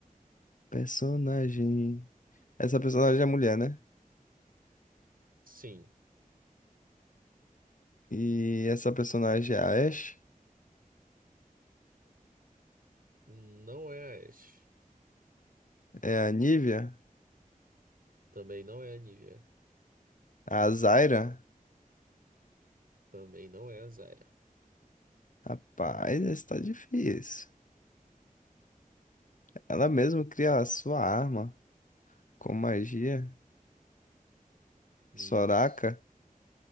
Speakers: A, on the left (about 60°); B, on the right (about 85°).
A: personagem. Essa personagem é mulher, né?
B: Sim.
A: E essa personagem é a Ashe?
B: Não é a Ashe.
A: É a Nívia?
B: Também não é a Nivea.
A: A Zyra?
B: Também não é a Zyra.
A: Rapaz, essa tá difícil. Ela mesmo cria a sua arma com magia.
B: Isso.
A: Soraka?